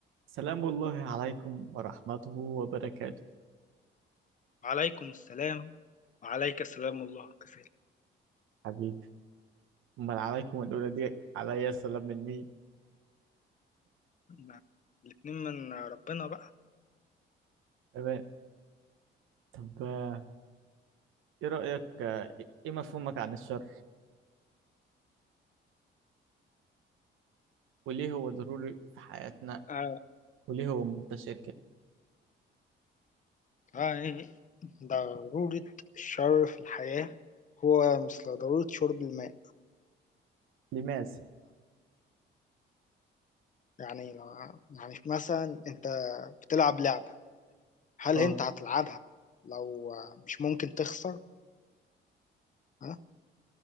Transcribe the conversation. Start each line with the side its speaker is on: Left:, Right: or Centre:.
Right: سلام الله عليكم ورحمته وبركاته
Left: وعليكم السلام وعليك السلام الله كفيل
Right: حبيبي أمال عليكم الأولى دي عليا سلام من مين
Left: ما- الاتنين من ربنا بقى
Right: تمام طب آه، إيه رأيك آه، إيه مفهومك عن الشر وليه هو ضروري في حياتنا
Left: آه.
Right: وليه هو منتشر كده
Left: آه. ضرورة الشر في الحياة هو مثل ضرورة شرب الماء
Right: لماذا
Left: فيعني لو يعني مثلا انت بتلعب لعبة هل
Right: آه,
Left: انت هتلعبها لو مش ممكن تخسر ها